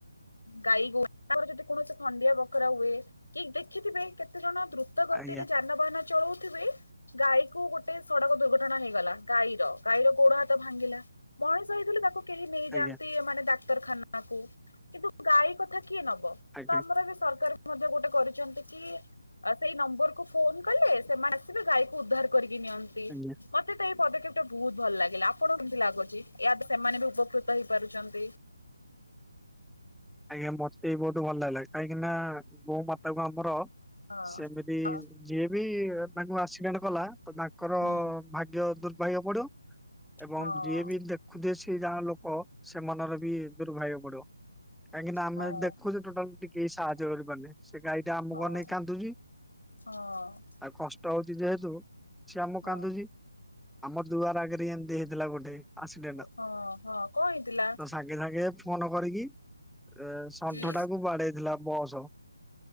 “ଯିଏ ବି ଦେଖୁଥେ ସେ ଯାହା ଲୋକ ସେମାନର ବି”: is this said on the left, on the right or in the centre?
Centre